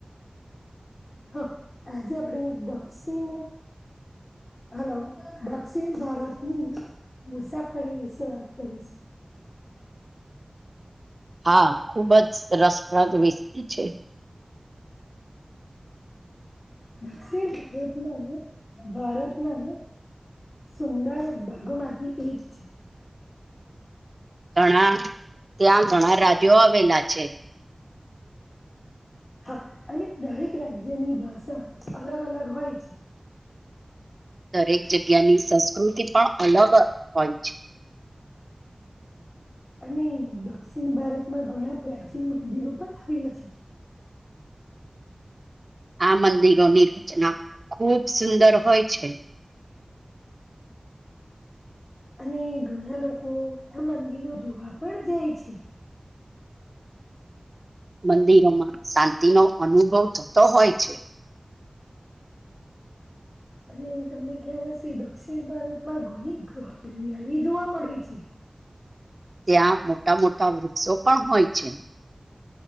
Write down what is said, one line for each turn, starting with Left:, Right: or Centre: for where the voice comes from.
Left: હા આજે આપણેે દક્ષિણ હેલો દક્ષિણ મુસાફરી વિશે વાત કરીશ
Right: હા ખૂબ જ રસપ્રદ વિષય છે
Left: દક્ષિણ ભારતમાં ભારતના સુંદર ભાગોમાંથી એક છે
Right: ઘણા ત્યાં ઘણા રાજ્યો આવેલા છે
Left: હા અને દરેક રાજ્યની ભાષા અલગ અલગ હોય છે
Right: દરેક જગ્યાની સંસ્કૃતિ પણ અલગ હોય છે
Left: અને દક્ષિણ ભારતમાં ઘણા પ્રાચીન મંદિરો પણ આવેલા છે
Right: આ મંદિરોની રચના ખૂબ સુંદર હોય છે
Left: અને ઘણા લોકો આ મંદિરો જોવા પણ જાય છે
Right: મંદિરોમાં શાંતિનોો અનુભવ થતો હોય છે
Left: અને તમને ખ્યાલ હશે દક્ષિણ ભારતમાં ઘણી ઘરિયાળી જોવા મળે છે
Right: ત્યાં મોટા મોટા વૃક્ષો પણ હોય છે